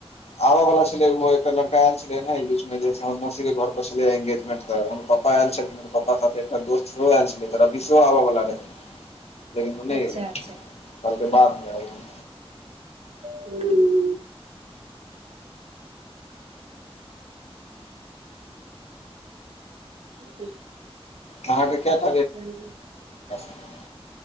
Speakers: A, on the left (about 85°); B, on the right (about 75°).
A: आबऽ वाला छलै उहो एकटा लड़का आल छलै ने बीच मे जे हम मौसीक कऽ घर पर छलै एंगेजमेंट तऽ हमर पापा आल छलै पप्पा साथे एकटा दोस्त सेहो आ छलै तऽ रवि सेहो अबऽ बला रहिय
B: <inaudible>
A: लेकिन ओ नहि
B: अच्छा
A: एलेय
B: अच्छा
A: कलके बाद मऽ अबिय हम
B: हू <unintelligible>
A: अहाँ कऽ
B: चलू
A: <unintelligible>